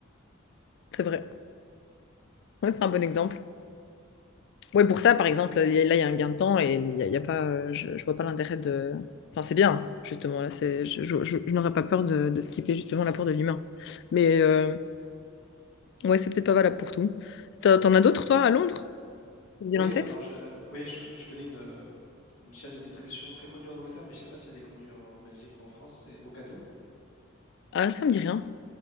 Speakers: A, on the left; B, on the left.
A: c'est vrai. Ouais, c'est un bon exemple. Ouais, pour ça, par exemple, il y a- là, il y a un gain de temps et il y a, il y a pas, euh, je, je vois pas l'intérêt de. Enfin, c'est bien, justement. Là, c'est, je, je, je- je n'aurais pas peur de, de skipper justement l'apport de l'humain. Mais euh, ouais, c'est peut-être pas valable pour tout. T'en t'en as d'autres, toi, à Londres? qui te
B: Oui,
A: viennent en tête?
B: alors je, oui, je, je connais une, euh, une chaîne de distribution très connue en Angleterre, mais je ne sais pas si elle est connue en Belgique ou en France, c'est Ocado.
A: Ah, ça me dit rien.